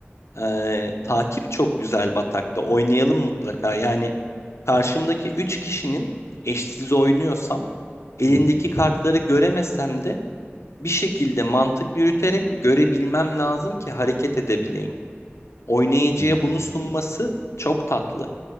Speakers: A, on the left (about 85°); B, on the right (about 80°).
A: e, takip çok güzel batakta. Oynayalım mutlaka. Yani karşımdaki 3 kişinin eşsiz oynuyorsam elindeki
B: Hı hı.
A: kartları göremesem de bir şekilde mantık yürüterek görebilmem lazım ki hareket edebileyim. Oynayıcıya
B: Hı hı.
A: bunu sunması çok tatlı.